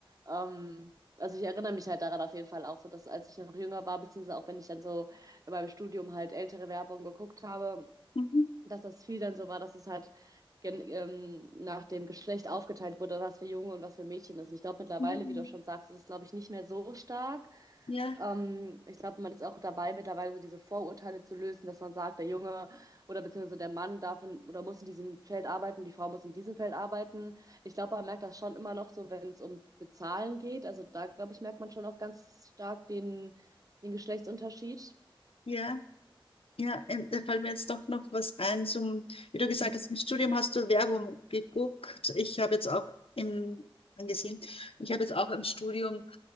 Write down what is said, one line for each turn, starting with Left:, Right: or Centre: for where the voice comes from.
Right: ähm, also ich erinnere mich halt daran auf jeden Fall auch so, dass als ich noch jünger war, beziehungsweise auch wenn ich dann so in meinem Studium halt ältere Werbung geguckt habe,
Left: Mhm.
Right: dass das viel dann so war, dass es halt gen ähm, nach dem Geschlecht aufgeteilt wurde, was für Junge und was für Mädchen ist. Und ich glaube mittlerweile,
Left: Mhm.
Right: wie du schon sagst, ist es, glaube ich, nicht mehr so stark.
Left: Ja,
Right: Ähm, ich glaube, man ist auch dabei, mittlerweile so diese Vorurteile zu lösen, dass man sagt, der Junge oder beziehungsweise der Mann darf in, oder muss in diesem Feld arbeiten, die Frau muss in diesem Feld arbeiten. Ich glaube, man merkt das schon immer noch so, wenn es um Bezahlen geht. Also da, glaube ich, merkt man schon auch ganz stark den, den Geschlechtsunterschied.
Left: ja. Ja, ähm, da fällt mir jetzt doch noch was ein zum, wie du gesagt
Right: Mhm.
Left: hast, im Studium hast du Werbung geguckt. Ich habe jetzt auch im, angesehen, ich habe jetzt auch im Studium